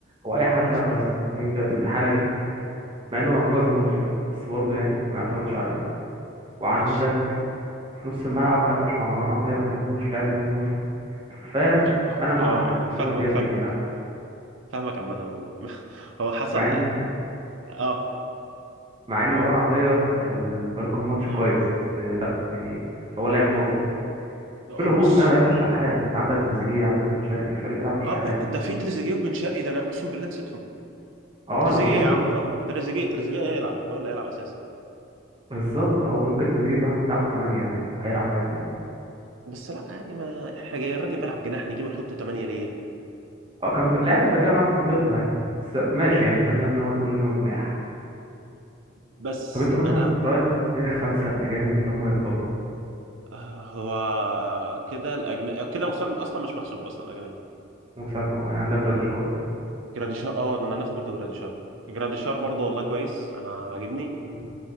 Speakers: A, on the right; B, on the right.
A: هو اي حد
B: ليش
A: يلعب على
B: معنى
A: ناسر ابراهيم دلوقتي في الحالة دي مع انه انقذنا الماتش اللي فات بس برضه يعني ما اعتمدش عليه وعندك
B: ماشي
A: في نص الملعب انا مش مع مروان عطية انا ما بحبوش لاعب موظف فانا
B: اه آه،
A: مع
B: فاهمك
A: ان هو ديانج
B: فاهمك
A: اللي يلعب
B: فاهمك عامة والله <laughs> هو حصل
A: مع ان
B: اه
A: مع ان مروان
B: أو-
A: عطيه ال- بقاله كام ماتش
B: أمم.
A: كويس بس آه، لا يعني هو لاعب موظف
B: اه
A: في الهجوم
B: بص
A: انا ما لعبش الشحات انت عندك تريزيجيه عندك بن شرقي فليه تلعب بالشحات
B: اه ده في تريزيجيه وبن شرقي ده انا اقسم بالله نسيتهم
A: اه
B: تريزيجيه
A: انا بقول
B: يا عم
A: برضه
B: اه تريزيجيه تريزيجيه هيلعب هو اللي هيلعب اساسا
A: بالظبط او ممكن تريزيجيه كمان تلعبه 8 عادي هيلعب عادي
B: بس لا يعني ما احنا جاي الراجل بيلعب جناح نجيبه نحطه 8 ليه
A: اه كان ب- لعب قبل كده مع استون فيلا عادي بس ماشي يعني خلينا ان هو نقول ان هو جناح
B: بس
A: طب انت مثلا
B: انا
A: رايك مين الخمسه الاجانب اللي هم يفضلوا
B: آه، هو كده الاجنبي كده وسام اصلا مش محسوب اصلا اجنبي
A: وسام او يعني عندك جراديشار
B: جراديشار اه ده انا ناسي برضه جراديشار جراديشار برضه والله كويس انا عاجبني
A: مم.